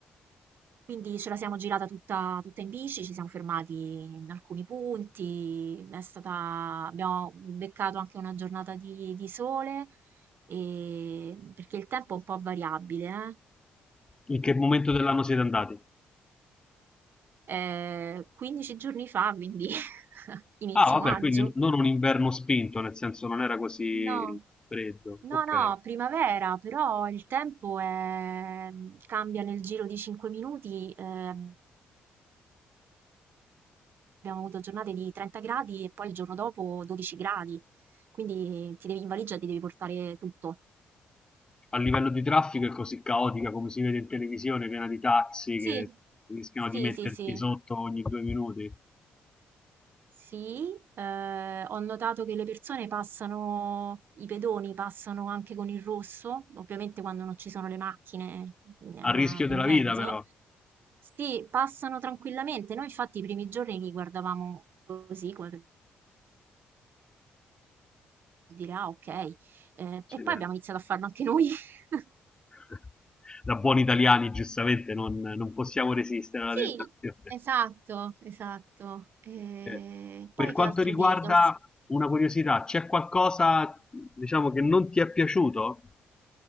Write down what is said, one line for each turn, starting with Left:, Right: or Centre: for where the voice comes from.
Right: Quindi ce la siamo girata tutta, tutta in bici, ci siamo fermati in alcuni punti, è stata- abbiamo beccato anche una giornata di, di sole, e- perché il tempo è un po' variabile,
Left: In che momento dell'anno siete andati?
Right: eh. Eh, 15 giorni fa, quindi <laughs> inizio
Left: Ah, vabbè,
Right: maggio.
Left: quindi n- non un inverno spinto, nel senso non era così
Right: No,
Left: freddo.
Right: no,
Left: Ok.
Right: no, primavera, però il tempo è- cambia nel giro di 5 minuti. eh, Abbiamo avuto giornate di 30 gradi e poi il giorno dopo 12 gradi, quindi ti devi, in valigia ti devi portare tutto.
Left: A livello di traffico è così caotica come si vede in televisione, piena di taxi
Right: Sì,
Left: che rischiano
Right: sì,
Left: di metterti
Right: sì, sì,
Left: sotto ogni due minuti.
Right: sì. eh, ho notato che le persone passano, i pedoni passano anche con il rosso, ovviamente quando non ci sono le macchine eh,
Left: A rischio
Right: in
Left: della
Right: mezzo.
Left: vita, però.
Right: Sì, passano tranquillamente. Noi infatti i primi giorni li guardavamo così, come per dire, ah, ok. Eh,
Left: Accidenti.
Right: e poi abbiamo iniziato a farlo anche noi. <laughs>
Left: <laughs> Da buoni italiani, giustamente, non, non possiamo resistere alla
Right: Sì,
Left: tentazione.
Right: esatto, esatto. E
Left: Eh,
Right: poi
Left: Per quanto
Right: che altro
Left: riguarda
Right: dirti? Non s-
Left: una curiosità, c'è qualcosa, diciamo, che non ti è piaciuto?